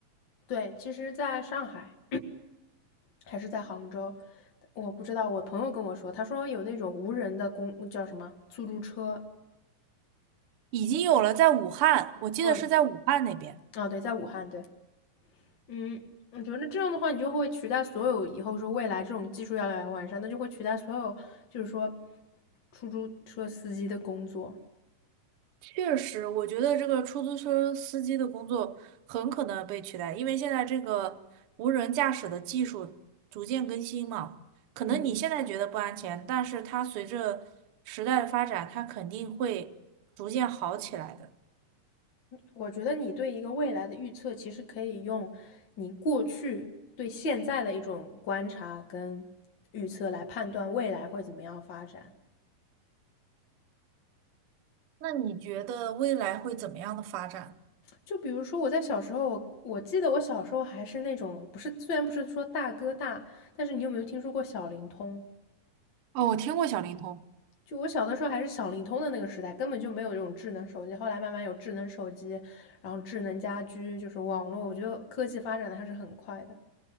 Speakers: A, on the left; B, on the right.
A: 对，其实在上海还是在杭州，我不知道，我朋友跟我说，他说有那种无人的公叫什么出租车。
B: 已经有了，在武汉，我记得是在武汉那边。
A: 哦哦，对，在武汉，对，嗯，我觉得这样的话，你就会取代所有以后说未来这种技术要来越完善，那就会取代所有，就是说出租车司机的工作。
B: 确实，我觉得这个出租车司机的工作很可能被取代，因为现在这个无人驾驶的技术逐渐更新嘛。可能你现在觉得不安全，
A: 嗯，
B: 但是它随着时代的发展，它肯定会逐渐好起来的。
A: 我觉得你对一个未来的预测，其实可以用你过去对现在的一种观察跟预测来判断未来会怎么样发展。
B: 那你觉得未来会怎么样的发展？
A: 就比如说我在小时候，我我记得我小时候还是那种不是，虽然不是说大哥大，但是你有没有听说过小灵通？
B: 哦，我听过小灵通。
A: 就我小的时候还是小灵通的那个时代，根本就没有这种智能手机。后来慢慢有智能手机，然后智能家居，就是网络，我觉得科技发展的还是很快的。